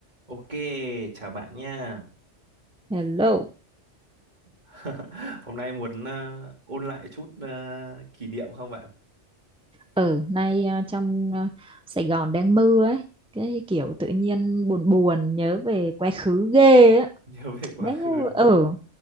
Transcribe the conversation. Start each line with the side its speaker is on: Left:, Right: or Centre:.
Right: Ok, chào bạn nha.
Centre: Hello.
Right: <laughs> Hôm nay muốn ờ, ôn lại chút ờ, kỷ niệm không bạn? <laughs>
Centre: Ở nay à, trong à, Sài Gòn đang mưa ấy, cái kiểu tự nhiên buồn buồn nhớ về quá khứ ghê á.
Right: Nhớ về quá
Centre: Bé
Right: khứ
Centre: như
Right: đúng
Centre: ở
Right: không?